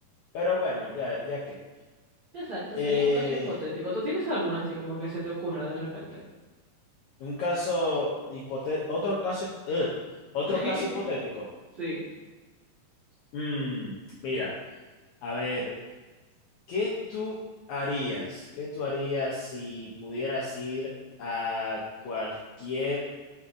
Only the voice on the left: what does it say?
Pero bueno, ya, ya que.
Eh,
un caso hipotético, otro caso, ugh, otro
caso hipotético.
Mm, mira, a ver, ¿qué tú harías? ¿Qué tú harías si pudieras ir a cualquier